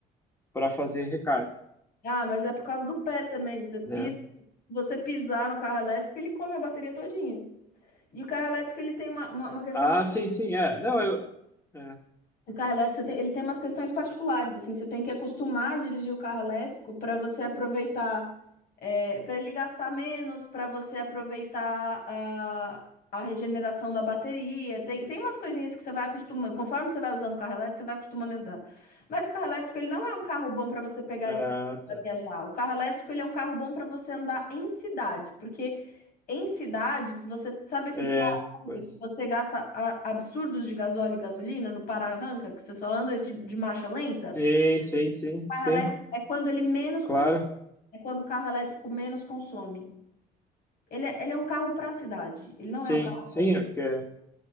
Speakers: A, on the left (about 15°); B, on the left (about 60°).
A: para fazer recarga,
B: Ah, mas é por causa do pé também. Você pisa-
A: né?
B: você pisar no carro elétrico, ele come a bateria todinha. E o carro elétrico, ele tem uma, uma, uma questão
A: Ah, sim, sim, é. Não, eu. É,
B: O carro elétrico, você tem- ele tem umas questões particulares, assim, você tem que acostumar a dirigir o carro elétrico para você aproveitar, para ele gastar menos, para você aproveitar a, a regeneração da bateria. Tem, tem umas coisinhas que você vai acostumando, conforme você vai usando o carro elétrico, você vai acostumando a andar. Mas o carro elétrico, ele não é um carro bom para você pegar
A: ah,
B: a estrada para
A: tá.
B: viajar. O carro elétrico, ele é um carro bom para você andar em cidade, porque em cidade, que você sabe esse
A: É, pois.
B: que Você gasta a- absurdos de gasóleo e gasolina no para-arranca, que você só anda de, de marcha lenta.
A: Sim, sim, sim,
B: O
A: sim.
B: carro elétrico é quando ele menos
A: Claro.
B: cons- é quando o carro elétrico menos consome. Ele é, ele é um carro para a cidade. Ele não
A: Sim,
B: é um carro.
A: sim, é porque